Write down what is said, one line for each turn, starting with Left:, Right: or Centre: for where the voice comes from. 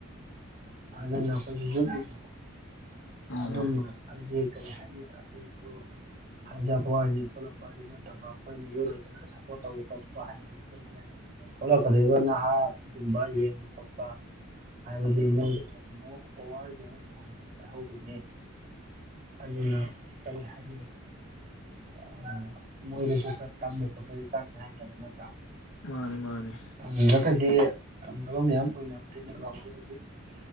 Right: ꯑꯗꯨꯅ ꯑꯈꯣꯏꯒꯤ ꯌꯨꯠꯀꯤ <unintelligible>
Left: ꯑꯥ
Right: ꯑꯗꯨꯝꯕ ꯍꯥꯏꯗꯤ ꯀꯩ ꯍꯥꯏꯅꯤ ꯑꯗꯨꯁꯨ ꯍꯥꯏꯖꯕꯋꯥꯅꯤ ꯊꯣꯛꯂꯛꯄ <unintelligible> ꯅꯠꯇꯕ ꯑꯩꯈꯣꯏ ꯃꯤꯌꯣꯏꯕꯖꯤꯅ ꯁꯞꯄꯣꯔꯠ ꯇꯧꯕ ꯈꯣꯠꯄ ꯍꯥꯏꯕ <unintelligible> ꯊꯣꯛꯂꯛꯀꯗꯧꯔꯤꯕ ꯅꯍꯥꯒꯨꯝꯕ ꯌꯦꯡꯕ ꯈꯣꯠꯄ ꯍꯥꯏꯕꯗꯤ ꯃꯣꯏꯗꯁꯨ ꯑꯃꯨꯛ ꯄꯋꯥꯔ ꯖꯤ ꯑꯃꯨꯛ ꯄꯥꯏꯍꯧꯗꯣꯏꯅꯤ ꯑꯩꯗꯨꯅꯅ ꯀꯩ ꯍꯥꯏꯅꯤ <unintelligible> ꯃꯣꯏꯗꯁꯨ ꯈꯔ ꯇꯝꯕ ꯈꯣꯠꯄꯗꯤ ꯆꯪꯉꯦ ꯍꯥꯏꯇꯥꯔꯦ ꯅꯠꯇ꯭ꯔꯥ
Left: ꯃꯥꯅꯤ ꯃꯥꯅꯤ
Right: ꯇꯝꯗ꯭ꯔꯒꯗꯤ ꯇꯝꯗꯕ ꯃꯌꯥꯝ ꯑꯣꯏꯅꯕ <unintelligible> ꯍꯧꯖꯤꯛ ꯍꯧꯖꯤꯛ